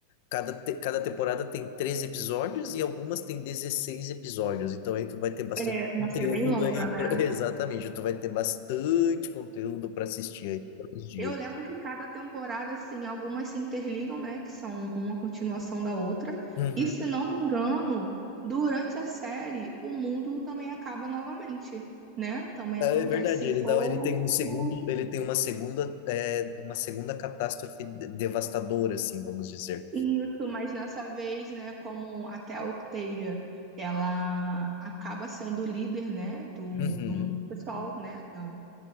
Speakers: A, on the left (about 60°); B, on the right (about 40°).
A: Cada, te- cada temporada tem 13 episódios e algumas tem 16 episódios. Então aí tu vai ter bastante
B: É uma
A: conteúdo
B: série bem longa,
A: aí
B: né?
A: pra- <laughs> Exatamente, tu vai ter bastante conteúdo para assistir aí todos os dias.
B: Eu lembro que cada temporada, assim, algumas se interligam, né? Que são uma continuação da outra.
A: Uhum.
B: E se não me engano, durante a série, o mundo também acaba novamente, né? Também
A: É
B: acontece
A: verdade, ele
B: outro
A: dá, ele tem um segundo, ele tem uma segunda, é, uma segunda catástrofe de- devastadora, assim, vamos dizer.
B: Isso, mas nessa vez, né, como até a Octavia, ela acaba sendo líder, né, de um
A: Uhum,
B: de um pessoal, né, da-